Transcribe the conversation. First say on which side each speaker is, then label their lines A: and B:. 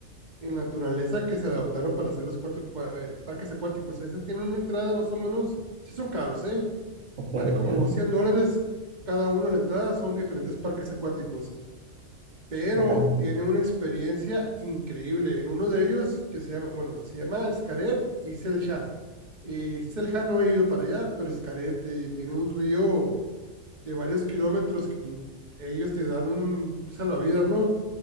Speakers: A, on the right (about 35°); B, on the right (about 65°).
A: en la naturaleza que se adaptaron para hacer los cuatro- cua- eh, parques acuáticos. Ese tiene una entrada más o menos, sí son caros, ¿eh?
B: ok,
A: Vale como
B: ok.
A: 100 dólares cada uno la entrada, son diferentes parques acuáticos, pero
B: Vale.
A: tiene una experiencia increíble. En uno de ellos, que se llama, bueno, se llama Xcaret y Celja. Eh, Celja no he ido para allá, pero Xcaret eh, tiene un río de varios kilómetros que tú, ellos te dan un salvavidas, ¿no?